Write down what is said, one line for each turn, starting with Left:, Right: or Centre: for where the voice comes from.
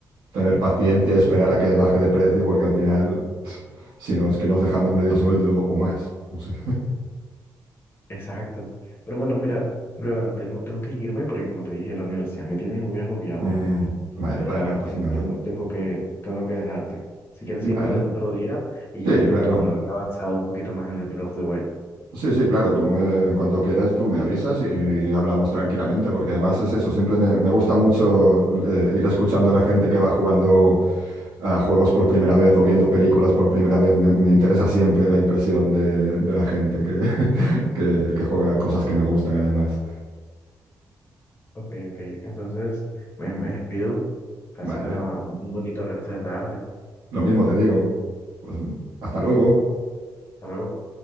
Right: tener paciencia, esperar a que baje de precio, porque al final, <tsk> si no, es que nos dejamos medio sueldo o más, no sé.
Left: Exacto. Pero bueno, mira, Brevan, tengo, tengo que irme porque como te dije, la universidad me tiene muy agobiado.
Right: Mm,
Left: Entonces
Right: vale, vale,
Left: ya
Right: no pasa
Left: ten-
Right: nada.
Left: ten- tengo que, tengo que dejarte. Si quieres,
Right: Vale,
Left: seguimos hablando otro día y
Right: sí,
Left: ya te
Right: claro.
Left: cuento cuando haya avanzado un poquito más en el Breath of the Wild.
Right: Sí, sí, claro, tú me- en cuanto quieras tú me avisas y, y hablamos tranquilamente, porque además es eso, siempre me, me gusta mucho eh, ir escuchando a la gente que va jugando a juegos por primera vez o viendo películas por primera vez, me, me interesa siempre la impresión de, de la gente que, <laughs> que, que juega a cosas que me gustan además.
Left: Ok, ok. Entonces, me, me despido. Gracias,
Right: Vale,
Left: una, un bonito resto de tarde.
Right: lo mismo te digo, pues hasta luego.
Left: Hasta luego.